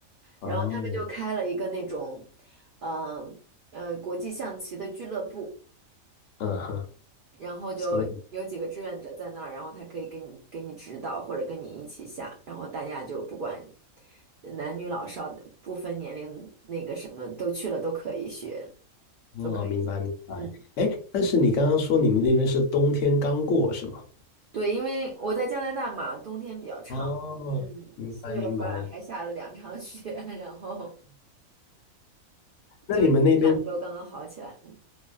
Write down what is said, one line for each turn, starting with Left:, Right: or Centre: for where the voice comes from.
Left: 哦，
Right: 然后他们就开了一个那种，嗯。呃国际象棋的俱乐部，
Left: 嗯哼。
Right: 然后就有几个志愿者在那儿，
Left: 所以。
Right: 然后他可以给你给你指导或者跟你一起下，然后大家就不管男女老少不分年龄，那个什么都去了都可以学，
Left: 哦，
Right: 都可以下。
Left: 明白明白。
Right: 嗯，
Left: 哎，但是你刚刚说你们那边是冬天刚过是吗？
Right: 对，因为我在加拿大嘛，冬天比较长，
Left: 哦，
Right: 嗯，
Left: 明白明白。
Right: 四月份儿还下了两场雪，<laughs> 然后
Left: 那你们那边，
Right: 就是前两周刚刚好起来。嗯